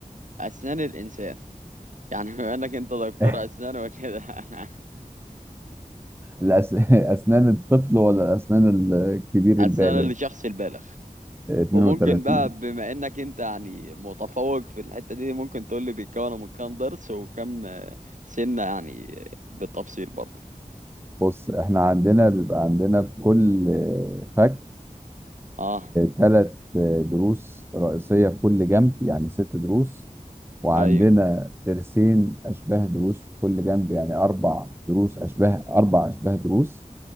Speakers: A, on the right; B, on the right.
A: أسنان الإنسان يعني بما إنك أنت دكتور
B: <laughs>
A: أسنان وكده <laughs> أنا
B: الأس... أسنان الطفل ولا أسنان الكبير
A: أسنان
B: البالغ
A: الشخص البالغ
B: 32
A: وممكن بقى بما إنك أنت يعني متفوق في الحتة دي ممكن تقول لي بيتكون من كام ضرس وكم آه، سنة يعني آه، بالتفصيل برضه
B: بص احنا عندنا بيبقى عندنا في كل آه، فك
A: أه
B: ثلاث ضروس رئيسية في كل جنب يعني ست ضروس وعندنا
A: أيوه
B: ضرسين أشباه ضروس في كل جنب يعني أربع ضروس أشباه أربع أشباه ضروس